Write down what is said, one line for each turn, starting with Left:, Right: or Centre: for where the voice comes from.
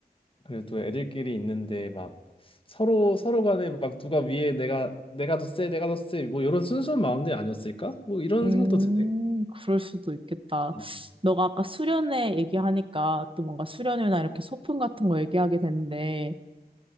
Left: 그래도 애들끼리 있는데 막 서로 서로 간에 막 누가 위에 내가 내가 더 세, 내가 더 세, 뭐 이런 순수한 마음들이 아니었을까? 뭐 이런
Right: 음,
Left: 생각도 드네.
Right: 그럴 수도 있겠다.
Left: 음, 음.
Right: 너가 아까 수련회 얘기하니까 또 뭔가 수련회나 이렇게 소풍 같은 거 얘기하게 되는데